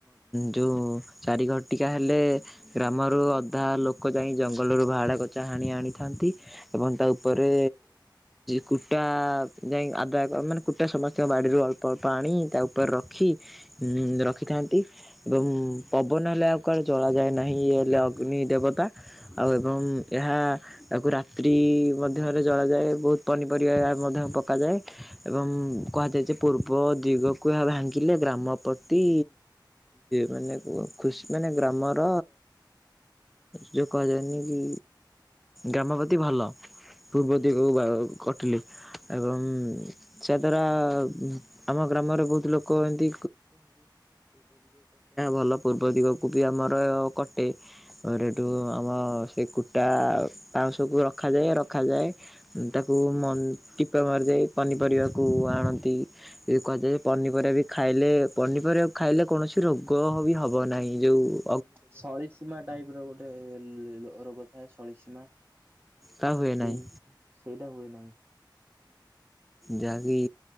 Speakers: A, in the centre; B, on the right.
A: ଯେଉଁ ଚାରି ଘଟିକା ହେଲେ ଗ୍ରାମରୁ ଅଧା ଲୋକ ଯାଇ ଜଙ୍ଗଲରୁ ବାହାଡା ଗଛା ହାଣି ଆଣି ଥାନ୍ତି ଏବଂ ତା ଉପରେ କୁଟା ଯାଇ ଆଦାୟ ମାନେ କୁଟା ସମସ୍ତଙ୍କ ବାଡ଼ିରୁ ଅଳ୍ପ ଅଳ୍ପ ଆଣି ତା ଉପରେ ରଖି ରଖିଥାନ୍ତି ଏବଂ ପବନ ହେଲେ ଆଉ କୁଆଡ଼େ ଜଳାଯାଏ ନାହିଁ ଇଏ ହେଲେ ଅଗ୍ନି ଦେବତା ଆଉ ଏବଂ ଏହା ତାକୁ ରାତ୍ରି ମଧ୍ୟରେ ଜଳାଯାଏ ବହୁତ ପନିପରିବା ମଧ୍ୟ ପକାଯାଏ ଏବଂ କୁହାଯାଏ ଯେ ପୂର୍ବ ଦିଗକୁ ଏହା ଭାଙ୍ଗିଲେ ଗ୍ରାମ ପ୍ରତି ମାନେ ଖୁସି ମାନେ ଗ୍ରାମର ଯେଉ କୁହାଯାଏନି କି ଗ୍ରାମପ୍ରତି ଭଲ ପୂର୍ବ ଦିଗକୁ କଟିଲେ ଏବଂ ଯାଦ୍ୱାରା ଆମ ଗ୍ରାମରେ ବହୁତ ଲୋକ ଏନ୍ତି ଭଲ ପୂର୍ବ ଦିଗକୁ ବି ଆମର କଟେ ସେଠୁ ଆମ ସେ କୁଟା ପାଉଁଶକୁ ରଖାଯାଏ ରଖାଯାଏ ତାକୁ ଟିପା ମାରିଯା ପନିପରିବାକୁ ଆଣନ୍ତି କୁହାଯାଏ ପନିପରିବା ବି ଖାଇଲେ ପନିପରିବା ଖାଇଲେ କୌଣସି ରୋଗ ବି ହେବ ନାହିଁ ଯୋଉଁ
B: ସଳିସୀମା ଟାଇପର ଗୋଟେ ରୋଗ ଏ ସଳିସୀମା।
A: ତା ହୁଏ
B: ସେଇ
A: ନାହିଁ।
B: ସେଇଟା ହୁଏ ନାହିଁ।
A: ଯାହାକି